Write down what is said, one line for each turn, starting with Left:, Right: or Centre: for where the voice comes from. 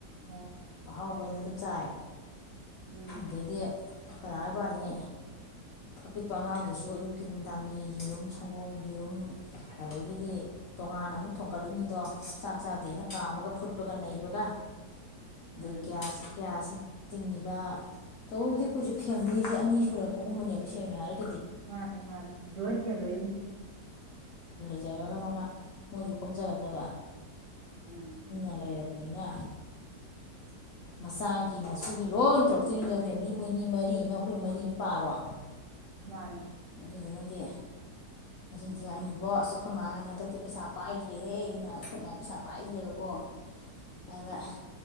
Right: ꯑꯣ
Left: ꯑꯍꯥꯎꯕꯗ
Right: ꯑꯣ
Left: ꯑꯗꯨꯝ ꯆꯥꯏ
Right: ꯎꯝ
Left: ꯗꯒꯤꯗꯤ ꯀꯥꯥꯕꯥꯥꯅꯤ ꯑꯄꯤꯛꯄ ꯑꯉꯥꯡꯗꯨꯁꯨ ꯌꯨꯀꯤ ꯅꯨꯡꯗꯥꯡꯒꯤ ꯌꯦꯔꯨꯝ ꯁꯪꯒꯣꯝ ꯌꯦꯔꯨꯝ ꯑꯗꯒꯤꯗꯤ ꯇꯣꯉꯥꯟꯅ ꯑꯃꯨꯛ ꯊꯣꯡꯒꯠꯂꯤ ꯃꯤꯗꯣ ꯆꯥꯛ ꯃꯆꯥꯗꯦꯅ ꯄꯥꯝꯃꯒ
Right: ꯎꯝ
Left: ꯐꯨꯠꯄꯒ ꯅꯩꯕꯒ ꯑꯗꯩ
Right: ꯎꯝ
Left: ꯒ꯭ꯌꯥꯁ ꯒ꯭ꯌꯥꯁ ꯇꯤꯡꯉꯤꯕ ꯇꯧꯕꯕꯨꯗꯤ ꯑꯩꯈꯣꯏꯁꯨꯦ ꯐꯦꯃꯤꯂꯤꯁꯦ ꯑꯅꯤ ꯁꯨꯔꯛꯄꯒꯨꯝꯕꯅꯦꯕ ꯁꯦꯡꯅ ꯍꯥꯏꯔꯒ
Right: ꯃꯥꯅꯦ ꯃꯥꯅꯤꯣꯏꯅ ꯐꯦꯃꯤꯂꯤꯅꯤ
Left: ꯃ ꯃꯣꯏꯒꯗꯕ
Right: ꯎꯝ
Left: ꯑ ꯂꯩ ꯑꯣꯏꯕꯅꯤꯅ ꯃꯆꯥꯒꯤ ꯃꯁꯨꯒꯤ ꯂꯣꯏ ꯇꯧꯔꯛꯇꯣꯏꯅꯤꯗꯣ ꯐꯦꯃꯤꯂꯤ ꯃꯣꯏꯅꯤ ꯃꯔꯤ ꯑꯃ ꯑꯩꯈꯣꯏ ꯃꯔꯤ ꯑꯃ ꯄꯥꯔꯣ
Right: ꯃꯥꯅꯦ
Left: ꯑꯗꯨꯗꯨꯅꯗꯤ ꯅꯆꯟꯗꯤꯤ ꯍꯥꯏꯅꯤ ꯕꯣ ꯑꯁ ꯑꯩꯈꯣꯏ ꯃꯥ ꯍꯥꯏꯅꯤ ꯍꯟꯗꯛꯇꯤ ꯄꯩꯁꯥ ꯄꯥꯏꯗ꯭ꯔꯦꯍꯦ ꯏꯃ ꯑꯩꯈꯣꯏ ꯃꯥꯥ ꯄꯩꯁꯥ ꯄꯥꯏꯗ꯭ꯔꯦꯕꯀꯣ
Right: <unintelligible>
Left: ꯑꯗ